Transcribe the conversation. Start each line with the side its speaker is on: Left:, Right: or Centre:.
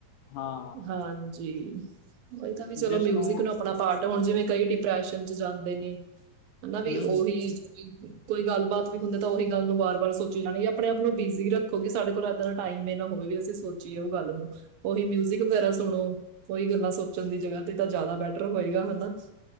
Left: ਹਾਂ।
Right: ਹਾਂਜੀ, ਉਹੀ ਤਾਂ ਵੀ ਚਲੋਂ
Left: ਜਿਸਨੂੰ
Right: ਮਿਊਜਿਕ ਨੂੰ ਆਪਣਾ ਪਾਰਟ, ਹੁਣ ਜਿਵੇਂ ਕਈ ਡਿਪਰੈਸ਼ਨ ਚ ਜਾਂਦੇ ਨੇ ਹਨਾ ਵੀ
Left: ਹਮ
Right: ਉਹੀ ਕੋਈ ਗੱਲਬਾਤ ਵੀ ਹੁੰਦੇ ਤਾਂ ਉਹੀ ਗੱਲ ਨੂੰ ਵਾਰ ਵਾਰ ਸੋਚੀ ਜਾਣੀ, ਆਪਣੇ ਆਪ ਨੂੰ ਬਿਜ਼ੀ ਰੱਖੋ, ਕਿ ਸਾਡੇ ਕੋਲ ਇੱਦਾਂ ਦਾ ਟਾਈਮ ਏ ਨਾ ਹੋਵੇ, ਅਸੀਂ ਸੋ ਚੀਐ ਉਹ ਗੱਲ ਨੂੰ, ਉਹੀ ਮਿਊਜ਼ਿਕ ਵਗੈਰਾ ਸੁਣੋਂ, ਕੋਹੀ ਗੱਲਾਂ ਸੋਚਣ ਦੀ ਜਗ੍ਹਾ ਤੇ ਤਾਂ ਜ਼ਿਆਦਾ ਬੈਟਰ ਹੋਏਗਾ ਹਨਾ।